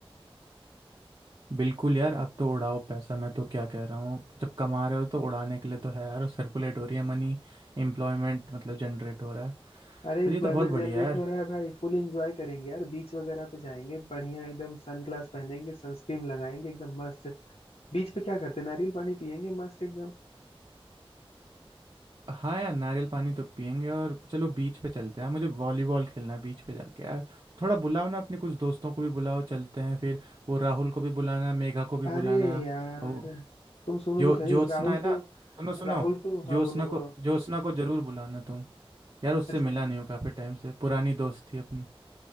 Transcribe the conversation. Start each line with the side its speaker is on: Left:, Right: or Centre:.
Right: बिल्कुल यार अब तो उड़ाओ पैसा मैं तो क्या कह रहा हूँ जब कमा रहे हो तो उड़ाने के लिए तो है यार और सर्कुलेट हो रही है मनी एम्प्लॉयमेंट मतलब जनरेट हो रहा है
Left: अरे एम्प्लॉयमेंट
Right: और ये तो बहुत
Left: जनरेट
Right: बढ़िया है यार
Left: हो रहा है भाई फुल एंजॉय करेंगे यार बीच वगैरह पे जाएंगे बढ़िया एकदम सन ग्लास पहनेंगे सनस्क्रीन लगाएंगे एकदम मस्त बीच पे क्या करते हैं नारियल पानी पियेंगे मस्त एकदम
Right: हाँ यार नारियल पानी तो पियेंगे और चलो बीच पे चलते हैं मुझे वॉलीबॉल खेलना है बीच पे जाके यार थोड़ा बुलाओ ना अपने कुछ दोस्तों को भी बुलाओ चलते हैं फिर वो राहुल को भी बुलाना मेघा को भी
Left: अरे
Right: बुलाना
Left: यार
Right: वो
Left: तुम सुनो
Right: जो
Left: तो सही
Right: ज्योत्सना
Left: राहुल
Right: है
Left: तो
Right: ना सुनो सुनो
Left: राहुल तो
Right: ज्योत्सना
Left: हाँ बोलो बोलो
Right: को ज्योत्सना को जरूर बुलाना तुम यार उससे
Left: अच्छा
Right: मिला नहीं हूँ काफ़ी टाइम से पुरानी दोस्त थी अपनी